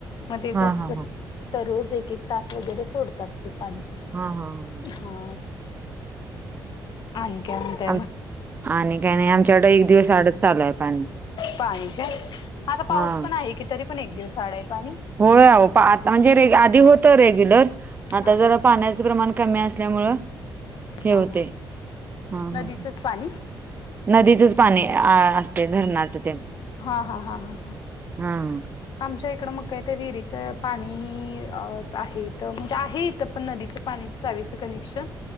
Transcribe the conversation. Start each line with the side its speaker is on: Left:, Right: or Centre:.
Left: मध्ये
Right: हा
Left: जास्त
Right: हा हा
Left: तर रोज एक एक तास वगैरे सोडतात ते पाणी
Right: हा हा ह हा
Left: हा आणि काय म्हणताय
Right: हा
Left: मग
Right: ह. आणि काय नाही आमच्याकड एक दिवस आडच चालू आहे पाणी
Left: पाणी काय आता पाऊस
Right: हा.
Left: पण आहे कि तरी पण एक दिवस आड आहे पाणी
Right: होय आओ आता म्हणजे आधी होत रेग्युलर आता
Left: हा
Right: जर पाण्याचं प्रमाण कमी असल्यामुळं हे
Left: हा
Right: होतय
Left: हा
Right: हां
Left: नदीचंच
Right: ह
Left: पाणी
Right: नदीचच पाणी आ असते धरणाच तेन
Left: हा हा हां हा.
Right: हम्
Left: आमच्या इकडं मग काय ते विहिरीच पाणीच आहेत म्हणजे आहे इथ तर पण नदीचं पाणी चावीचं कनेक्शन